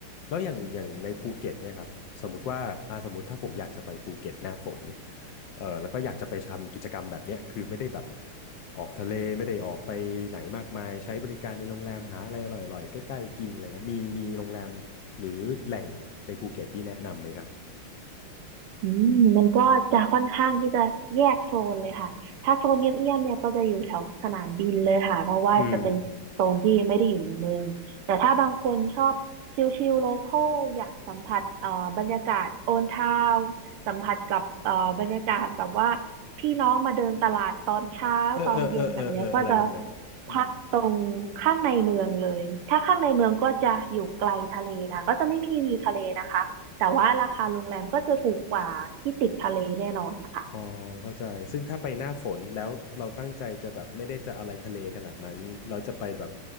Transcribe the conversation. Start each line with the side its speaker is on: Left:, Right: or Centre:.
Left: แล้วอย่างอย่างในภูเก็ตเนี่ยครับสมมติว่าอ่าสมมติถ้าผมอยากจะไปภูเก็ตหน้าฝนเออแล้วก็อยากจะไปทำกิจกรรมแบบเนี้ยคือไม่ได้แบบออกทะเลไม่ได้ออกไปไหนมากมายใช้บริการในโรงแรมหาอะไรอร่อยๆใกล้ๆกินอะไรครับมีมีโรงแรมหรือแหล่งในภูเก็ตที่แนะนำไหมครับ
Right: อืมมันก็จะค่อนข้างที่จะแยกโซนเลยค่ะถ้าโซนเงียบๆเนี่ยก็จะอยู่แถวสนามบินเลยค่ะเพราะว่าจะเป็นโซนที่ไม่ได้อยู่ในเมืองแต่ถ้าบางคนชอบชิลๆโลคอลอยากสัมผัสเอ่อบรรยากาศโอนทาวสัมผัสกับเอ่อบรรยากาศแบบว่า
Left: อืม
Right: พี่น้องมาเดินตลาดตอนเช้าตอนเย็นแบบเนี้ยก็จะ
Left: เออเออเออเออเอออะไรแบบนั้นอืม
Right: พักตรงข้างในเมืองเลยถ้าข้างในเมืองก็จะอยู่ไกลทะเลค่ะก็จะไม่มีวิวทะเลนะคะ แต่ว่าราคาโรงแรมก็จะถูกกว่าที่ติดทะเลแน่นอนนะคะ
Left: อ๋อเข้าใจซึ่งถ้าไปหน้าฝนแล้วเราตั้งใจจะแบบไม่ได้จะอะไรทะเลขนาดนั้นเราจะไปแบบ